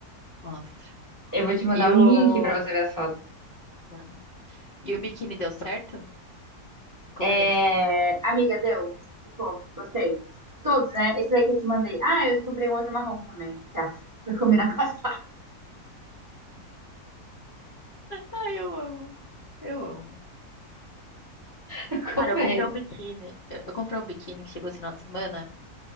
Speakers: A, on the left; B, on the right.
A: Mostra.
B: Eu vou te mandar
A: E
B: o
A: o.
B: link pra você ver as fotos.
A: Mano. E o biquíni deu certo? Ficou
B: É,
A: bonito.
B: Amiga, deu? Ficou? Gostei. Todos, né? Esse aí que eu te mandei. Ah, eu comprei um outro marrom também. Tá, pra combinar <laughs> com a Sara. <laughs>
A: Ah, eu amo, eu amo.
B: Eu
A: Cara,
B: comprei.
A: eu comprei um biquíni. Eu, eu comprei um biquíni que chegou esse final de semana.